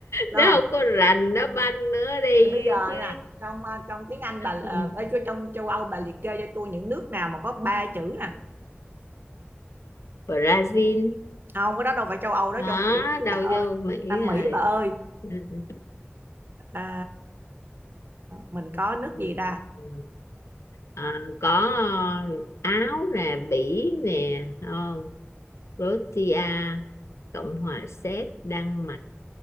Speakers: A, on the right (about 50°); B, on the left (about 85°).
A: rồi
B: đó không có rành đá banh nữa đi
A: thì bây giờ
B: chứ
A: nè trong ờ, trong tiếng Anh bà
B: Ừ,
A: ờ, bây giờ trong châu Âu bà liệt kê cho tôi những nước nào mà có ba chữ nè
B: Brazil
A: không cái đó đâu phải châu Âu đó
B: đó
A: trong Mỹ
B: đâu
A: bà ơi
B: vô Mỹ
A: Nam
B: rồi
A: Mỹ bà ơi
B: Ừ, ừ,
A: à, mình
B: ừ,
A: có nước
B: ừ.
A: gì ta
B: ừ. Ờ, có ờ, Áo nè Bỉ nè đúng không Croatia Cộng hòa Séc Đan Mạch